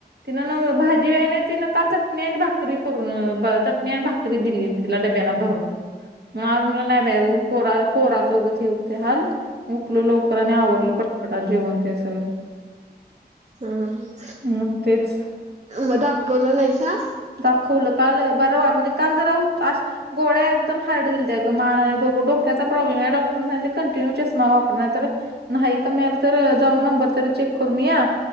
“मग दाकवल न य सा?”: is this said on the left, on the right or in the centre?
Right